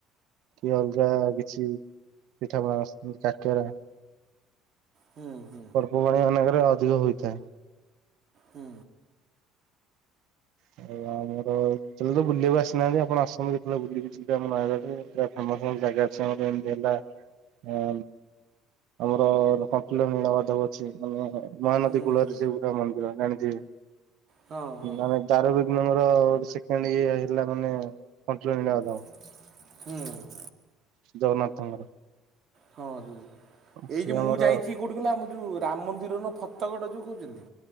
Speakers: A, on the right; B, on the right.
A: କି ଅଲଗା କିଛି ପିଠା ପଣା କାକେରା।
B: ହୁଁ ହୁଁ।
A: ବୋଉ ମାନେ ମନା କରେ ଅଧିକ ହୋଇଥା
B: ହୁଁ।
A: ଆଉ ଆମର କେତବେଳେ ତ ବୁଲିବାକୁ ଆସିନାହାନ୍ତି ଆପଣ ଆସନ୍ତୁ କେତେବେଳେ ବୁଲିକି ଯିବେ ଆମ ନୟାଗଡ଼ରେ। ଫେମସ ଫେମସ ଜାଗା ଅଛି ଆମର ଯେମତି ହେଲା ଆ ଆମର କଣ୍ଟିଲୋ ନିଳମଧବ ଅଛି ମାନେ। ମହାନଦୀ
B: ହୁଁ
A: କୂଳରେ
B: ହୁଁ
A: ସେ ପୁରା ମନ୍ଦିର ଜାଣିଥିବେ
B: ହଁ ହଁ
A: ମାନେ। ଦାରୁ ବିଘ୍ନଙ୍କର ସେକେଣ୍ଡ ଇଏ ହେଲା କଣ୍ଟିଲୋ ନିଳମାଧବ।
B: ହୁଁ।
A: ଜଗନ୍ନାଥ ଙ୍କର।
B: ହଁ ଜିଦି ଏଇ
A: ସିଏ
B: କି ମୁଁ
A: ଆମର
B: ଯାଇଛି କୋଉଠି କହିଲ ଆମ ଯୋଉ ରାମ ମନ୍ଦିର ନୁହଁ ଫତେଗଡ଼ ଯୋଉ କହୁଛନ୍ତି।